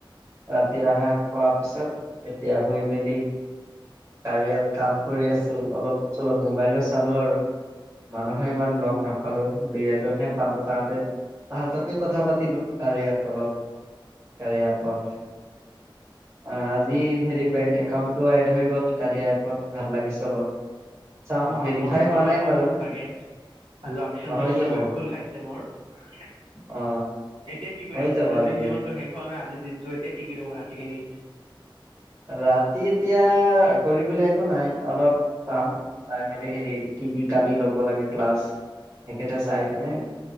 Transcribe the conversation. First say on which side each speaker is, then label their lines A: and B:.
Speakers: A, on the right; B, on the right.
A: ৰাতি আহাৰ খোৱাৰ পিছত এতিয়া শুই মেলি। কাঢ়িয়াত কাম কৰি আছো অলপ চলপ মোবাইলো চালো আৰু মানুহ। মই ইমান লগ নাপালো দুই এজন। নেপালো কাৰণে তাহতকে কথা পাতিলো কাৰিয়াত অলপ কাৰিয়াত। পঠ। অ আজি হেৰি বেংক একাউন্টটো এড হৈ গল কাৰিয়া এপত ভাল লাগিছে অলপ। চাওঁ
B: অ
A: ভেৰিফাই
B: মৰ
A: হোৱা
B: মৰো
A: নাই
B: হব
A: বাৰু
B: চাগে আজি অপচন
A: অ, হৈ
B: টো খো
A: যাব
B: খোল খাইছে মোৰ। এতিয়া
A: অ
B: কি কৰিব
A: হৈ যাব
B: দৈনন্দিন
A: আজিয়ে।
B: জীৱনতটো শেষ হোৱা নাই আজি। দিন তো এতিয়া কি কৰিব ৰাতিখিনি।
A: ৰাতি এতিয়া কৰিবলৈ একো নাই অলপ পামাই মেলি হেৰি। কি কি কালি ল'ব লাগে ক্লাছ। সকেটা চাই পিনে